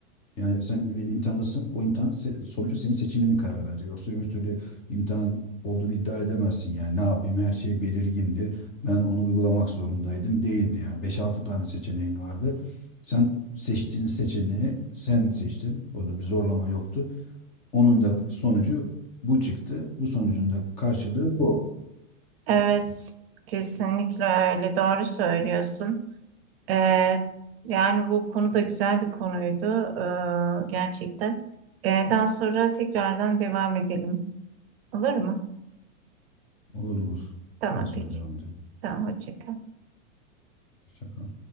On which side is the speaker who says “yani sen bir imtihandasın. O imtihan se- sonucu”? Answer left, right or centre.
Left